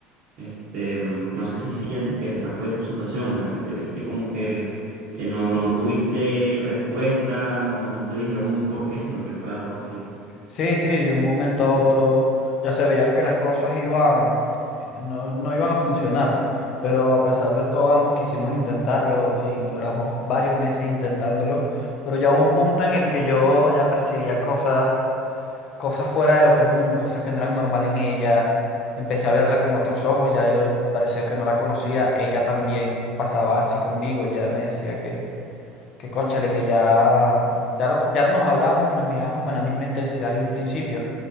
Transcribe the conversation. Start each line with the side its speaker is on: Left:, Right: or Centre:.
Right: Este, mm, no sé si sientes que esa fue tu situación en la que te viste como que, que no, no tuviste respuesta, no, no te dijeron un porqué, sino que fue algo así.
Left: sí, sí, de un momento a otro ya se veían que las cosas iban, eh, no, no iban a funcionar, pero a pesar de todo ambos quisimos intentarlo y duramos varios meses intentándolo, pero ya hubo un punto en el que yo ya percibía cosas cosas fuera de lo común, cosas que no eran normal en ella. Empecé a verla con otros ojos, ya yo parecía que no la conocía. Ella también pasaba así conmigo, ella me decía que, que cónchale, que ya, ya no, ya no nos hablábamos ni nos mirábamos con la misma intensidad de un principio.